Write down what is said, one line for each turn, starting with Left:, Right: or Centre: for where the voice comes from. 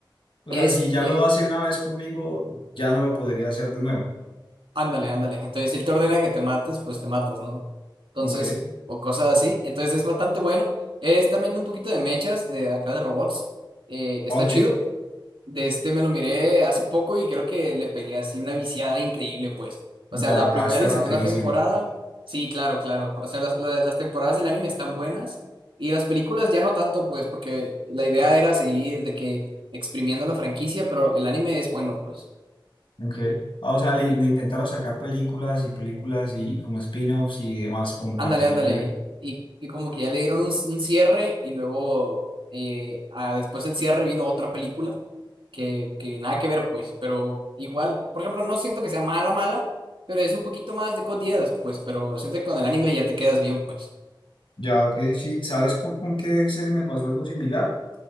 Left: O
Right: es...
Left: sea, si ya
Right: eh,
Left: lo hace una vez conmigo, ya no lo podría hacer de nuevo.
Right: Ándale, ándale. Entonces, si él te ordena que te mates, pues te matas, ¿no? Entonces,
Left: ok,
Right: o cosas así. Entonces, es bastante bueno. Es también un poquito de mechas de acá de robots. Eh, está
Left: ah, ok.
Right: chido. De este me lo miré hace poco y creo que le pegué así una viciada increíble, pues. O sea,
Left: Te
Right: la
Left: lo acabaste
Right: primera y
Left: rapidísimo.
Right: segunda temporada, sí, claro, claro. O sea, las, la- las temporadas del anime están buenas y las películas ya no tanto, pues, porque la idea era seguir de que exprimiendo la franquicia, pero el anime es bueno, pues.
Left: okay Ah, o sea, le, le intentaron sacar películas y películas y como spin-offs y demás, como
Right: Ándale,
Left: para seguirle.
Right: ándale. Y, y como que ya le dieron un, un cierre y luego eh, ah, después del cierre vino otra película que, que nada que ver, pues, pero igual, por ejemplo, no siento que sea mala, mala, pero es un poquito más de cotidianas, pues, pero siento que con el anime ya te quedas bien, pues.
Left: Ya, ok, sí. ¿Sabes con, con qué serie me pasó algo similar?